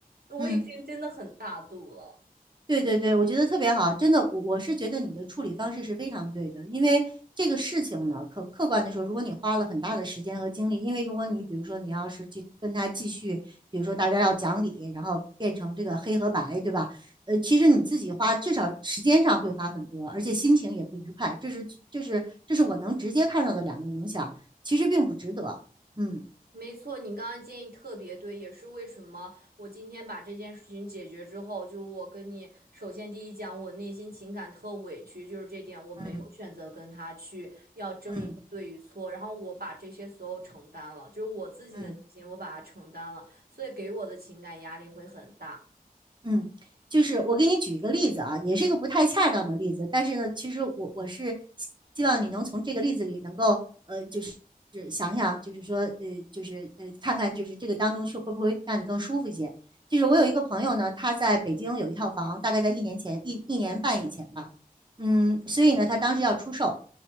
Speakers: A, on the right (about 80°); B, on the right (about 30°).
A: 我已经真的很大度了。
B: 嗯。对对对，我觉得特别好，真的，我我是觉得你的处理方式是非常对的，因为这个事情呢，客客观的说，如果你花了很大的时间和精力，因为如果你比如说你要是去跟他继续，比如说大家要讲理，然后变成这个黑和白，对吧？呃，其实你自己花至少时间上会花很多，而且心情也不愉快，这是这是这是我能直接看到的两个影响，其实并不值得。嗯
A: 没错，你刚刚建议特别对，也是为什么我今天把这件事情解决之后，就我跟你首先第一讲，我内心情感特委屈，就是这点我没有选择跟他去要争一个对与错，
B: 嗯嗯
A: 然后我把这些所有承担了，就是我自己的内心我把它承担了，
B: 嗯。
A: 所以给我的情感压力会很大。
B: 嗯，就是我给你举一个例子啊，也是一个不太恰当的例子，但是呢，其实我我是希望你能从这个例子里能够呃，就是是想想，就是说呃，就是呃，看看就是这个当中是会不会让你更舒服一些。就是我有一个朋友呢，他在北京有一套房，大概在一年前一一年半以前吧，嗯，
A: 嗯，
B: 所以呢，他当时要出售，